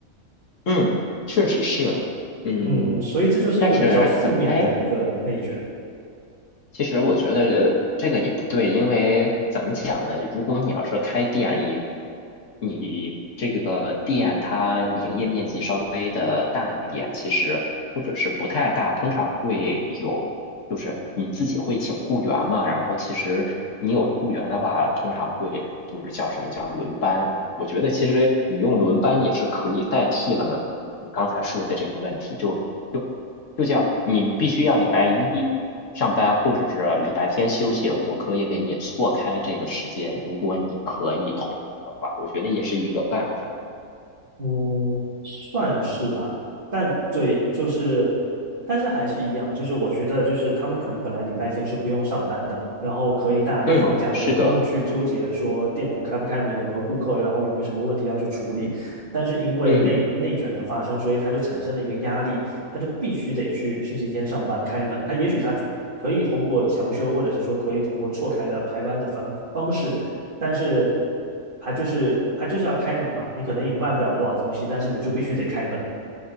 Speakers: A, on the left; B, on the right.
A: 嗯，确实是，嗯，
B: 嗯，所以这就是一个比较负面的一个内卷。
A: 但是怎么，哎，其实我觉得这个也不对，因为怎么讲呢？如果你要是开店，你你这个店它营业面积稍微的大一点，其实或者是不太大，通常会有，就是你自己会请雇员嘛。然后其实你有雇员的话，通常会就是叫什么叫轮班。我觉得其实你用轮班也是可以代替了你刚才说的这个问题，就就就叫你必须要礼拜一。上班或者是礼拜天休息，我可以给你错开这个时间，如果你可以同意的话，我觉得也是一个办法。
B: 嗯，算是吧，但对，就是，但是还是一样，就是我觉得，就是他们可能本来礼拜天是不用上班的，然后可以大家都放假，
A: 嗯，是的，
B: 也不用去纠结说店铺开不开门，有没有顾客，然后有没有什么问题要去处理。但是因为内内卷的发生，
A: 嗯
B: 所以他就产生了一个压力，他就必须得去星期天上班开门。他也许他可以通过调休，或者是说可以通过错开的排班的方方式。但是它就是它就是要开门嘛，你可能也卖不了多少东西，但是你就必须得开门，